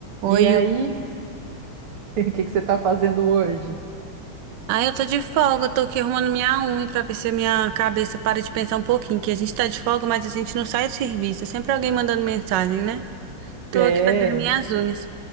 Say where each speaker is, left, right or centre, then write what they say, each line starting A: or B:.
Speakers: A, on the right; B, on the right.
A: E
B: Oi,
A: aí,
B: oi.
A: <laughs> o que que você está fazendo hoje?
B: Ah, eu tô de folga, eu tô aqui arrumando minha unha pra ver se minha cabeça para de pensar um pouquinho, que a gente tá de folga, mas a gente não sai do serviço. É sempre alguém mandando mensagem, né? Tô
A: É,
B: aqui fazendo minhas unhas.